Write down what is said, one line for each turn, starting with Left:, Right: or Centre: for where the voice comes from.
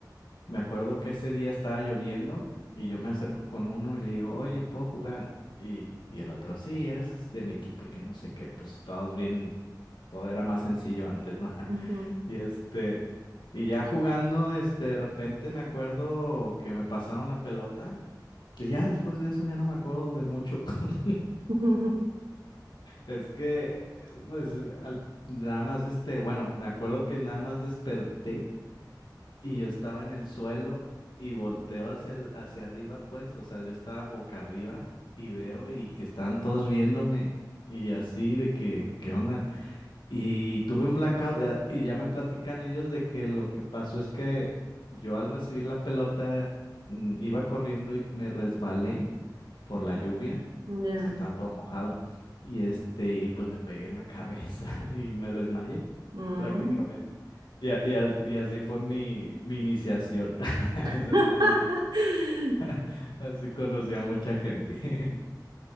Left: Me acuerdo que ese día estaba lloviendo y yo me acerco con uno y le digo, oye, ¿puedo jugar? Y, y el otro, sí, eres de mi equipo y que no sé qué, pues todos bien, todo era más sencillo antes, ¿no? <laughs>
Right: ujú.
Left: Y este, y ya jugando, este, de repente me acuerdo que me pasaron la pelota y ya después de eso ya no me acuerdo de mucho. <laughs>
Right: Ujú,
Left: Es que, pues, al- nada más, este, bueno, me acuerdo que nada más desperté. Y yo estaba en el suelo y volteo hacia, el- hacia arriba, pues, o sea, yo estaba boca arriba y veo y que estaban todos viéndome y así de que, ¿qué onda? Y tuve un blackout eh, y ya me platican ellos de que lo que pasó es que yo al recibir la pelota mm, iba corriendo y me resbalé por la lluvia.
Right: ujú, Ya.
Left: Es que estaba todo mojado. Y este, y pues me pegué en la cabeza <laughs> y me desmayé
Right: Mm.
Left: prácticamente. Y, a- y as- y así fue mi, mi iniciación. <laughs>
Right: <laughs>
Left: Eso fue mi primer- <laughs> Así conocí a mucha gente. <laughs>